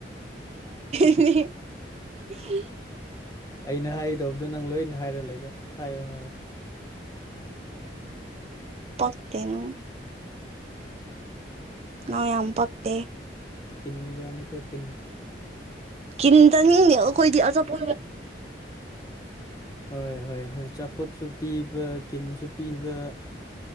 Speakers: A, on the right; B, on the left.
A: ꯐ
B: ꯑꯩꯅ ꯍꯥꯏꯒꯗꯧꯕꯗꯣ ꯅꯪ ꯂꯣꯏꯅ ꯍꯥꯏꯔ ꯂꯩꯔꯦ ꯍꯥꯏꯌꯣ ꯍꯥꯏꯌꯣ
A: ꯄꯈꯇꯅꯣꯡ ꯅ ꯌꯥꯝ ꯄꯇ
B: ꯀꯤꯟꯖꯅꯤꯀꯣ ꯀꯤꯟ
A: ꯀꯅꯤ ꯇꯅꯤ ꯀꯣꯏꯗꯤ ꯑ ꯆꯄ
B: ꯍꯣꯏ ꯍꯣꯏ ꯍꯣꯏ ꯑꯆꯥꯄꯣꯠꯁꯨ ꯄꯤꯕ ꯀꯤꯟꯁꯨ ꯄꯤꯕ